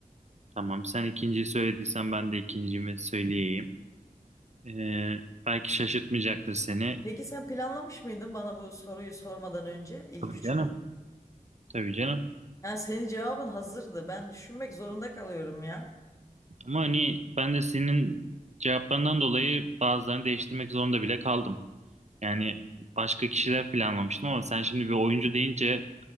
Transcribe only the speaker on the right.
Tamam. Sen ikinciyi söylediysen ben de ikincimi söyleyeyim. Ee, belki şaşırtmayacaktır seni.
Tabii
canım. Tabii canım.
Ama hani ben de senin cevaplarından dolayı bazılarını değiştirmek zorunda bile kaldım. Yani başka kişiler planlamıştım ama sen şimdi bir oyuncu deyince